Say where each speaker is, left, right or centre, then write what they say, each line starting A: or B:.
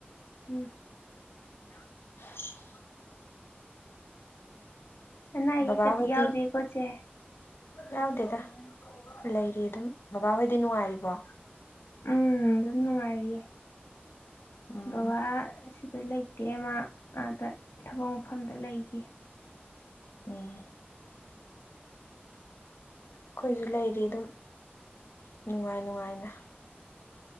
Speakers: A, on the left; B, on the left.
A: ꯎꯝ
B: ꯑ
A: ꯅꯥ ꯌꯦ
B: ꯕꯕꯥ
A: ꯀꯗꯤ
B: ꯍꯣꯏꯗꯤ
A: ꯌꯥꯎꯗꯦ ꯀꯣꯠꯁꯦ
B: ꯌꯥꯎꯗꯦꯗ ꯂꯩꯔꯤ ꯑꯗꯨꯝ ꯕꯕꯥꯍꯣꯏꯗꯤ ꯅꯨꯡꯉꯥꯏꯔꯤꯕꯣ
A: ꯎꯝ ꯑꯗꯨꯝ ꯅꯨꯡꯉꯥꯏꯔꯤꯌꯦ
B: ꯎꯝ
A: ꯕꯕꯥ ꯁꯤꯗ ꯂꯩ ꯗꯦ ꯑꯃ ꯑꯥꯗ ꯊꯕꯛ ꯃꯐꯝꯗ ꯂꯩꯈꯤ
B: ꯎꯝ ꯑꯩꯈꯣꯏꯁꯨ ꯂꯩꯔꯤ ꯑꯗꯨꯝ ꯅꯨꯡꯉꯥꯏ ꯅꯨꯡꯉꯥꯏꯅ